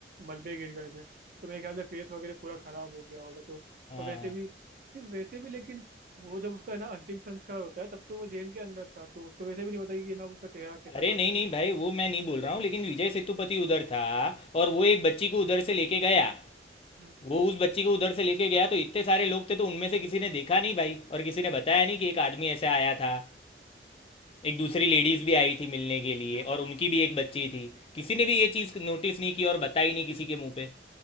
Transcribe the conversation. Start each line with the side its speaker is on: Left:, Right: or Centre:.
Right: मलबे गिर गए थे तो मेरे ख्याल से फेस वगैरह पूरा खराब हो गया होगा तो
Left: हाँ
Right: और वैसे
Left: हाँ
Right: भी सिर्फ वैसे भी लेकिन वो जब उसका है ना अंतिम संस्कार होता है तब तो वो जेल के अंदर था तो उसको वैसे भी नहीं पता कि ये ना उसका चेहरा कैसा
Left: अरे
Right: था
Left: नहीं नहीं भाई वो मैं नहीं बोल रहा हूँ लेकिन विजय सेतुपति उधर था और वो एक बच्ची को उधर से लेके गया
Right: हम्म
Left: वो उस बच्ची को उधर से लेके गया तो इतने सारे लोग थे तो उनमें से किसी ने देखा नहीं भाई और किसी ने बताया नहीं कि एक आदमी ऐसे आया था एक दूसरी लेडीज भी आई थी मिलने के लिए
Right: ये मतलब
Left: और उनकी भी एक बच्ची थी किसी ने भी ये चीज़ नोटिस नहीं की और बताई नहीं किसी के मुंह पे